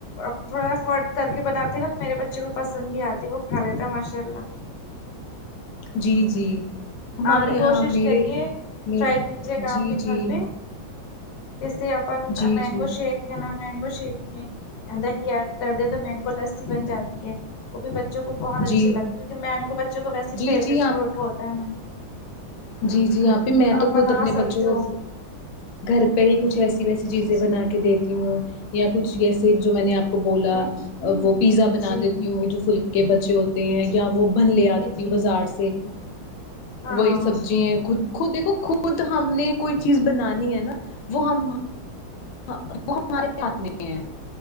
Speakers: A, on the left (about 70°); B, on the left (about 90°).
A: اب تھوڑا افرٹ کر کے بناتی نا تو میرے بچے کو پسند بھی آتی ہے وہ کھا لیتا ہے ماشاء اللہ
B: جی جی ہمارے
A: آپ بھی کوشش
B: میرے
A: کریے
B: م
A: ٹرائی کیجے گا
B: جی
A: آپ بھی
B: جی
A: گھر پہ جسے اپن
B: جی
A: مینگو
B: جی
A: شیک ہے نا مینگو شیک دہی ایڈ کر دے تو مینگو لسی بن جاتی ہے وہ بھی بچوں کو بہت
B: جی
A: اچھی لگ مینگو بچوں کو ویسے
B: جی
A: فیوریٹ
B: جی آپ
A: فروٹ ہوتا ہیں
B: جی جی آپی میں تو خود
A: بنا
B: اپنے
A: سکتے
B: بچوں کو
A: ہو
B: گھر پہ ہی کچھ ایسی ویسی چیزیں بنا کے دیتی ہوں یا کچھ اییسے جو میں نے آپ کو بولا وہ پیزا بنا
A: جی
B: دیتی ہوں جو فلک کے بچے ہوتے
A: جی
B: ہیں یا وہ بن لے
A: جی
B: آتی
A: جی جی جی
B: بازار سے
A: ہاں
B: وہی سبزی خود خود دیکھو خود ہم نے کوئی چیز بنانی ہے نا وہ ہم وہ ہمارے ہاتھ میں ہےا